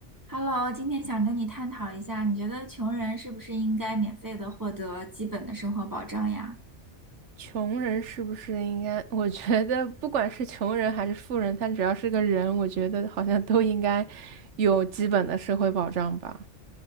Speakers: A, on the right; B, on the right.
A: Hello，今天想跟你探讨一下，你觉得穷人是不是应该免费的获得基本的生活保障呀？
B: 穷人是不是应该？我觉得不管是穷人还是富人，他只要是个人，我觉得好像都应该有基本的社会保障吧。